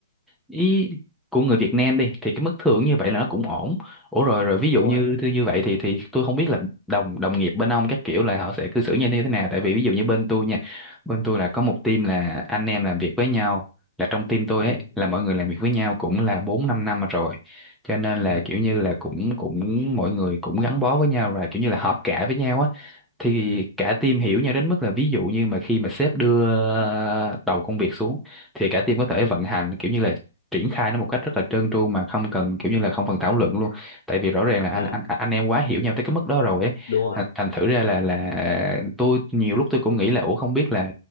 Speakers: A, in the centre; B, on the left.
A: ý của người Việt Nam đi thì cái mức thưởng như vậy là nó cũng ổn. Ủa rồi rồi ví dụ
B: đúng
A: như
B: rồi
A: như như vậy thì thì tôi không biết là đồng đồng nghiệp bên ông các kiểu là họ sẽ cư xử như thế nào tại vì ví dụ như bên tôi nha, bên tôi là có một team là anh em làm việc với nhau là trong team tôi
B: ừ
A: ấy là mọi người làm việc với nhau cũng là 4 5 năm rồi. Cho nên là
B: ừ
A: kiểu như là cũng cũng mọi người cũng gắn bó với nhau và kiểu như là hợp cả với nhau á thì
B: ừ
A: cả team hiểu nhau đến mức là ví dụ như mà khi mà sếp đưa ờ, đầu công việc xuống thì cả team có thể
B: ừ
A: vận hành kiểu như là triển khai nó một cách rất là trơn tru mà không cần kiểu như là không cần thảo luận luôn tại vì rõ ràng là anh
B: à
A: anh anh em quá hiểu nhau tới cái mức đó rồi ấy
B: đúng rồi
A: thành thành thử ra là là tôi nhiều lúc tôi cũng nghĩ là ủa không biết là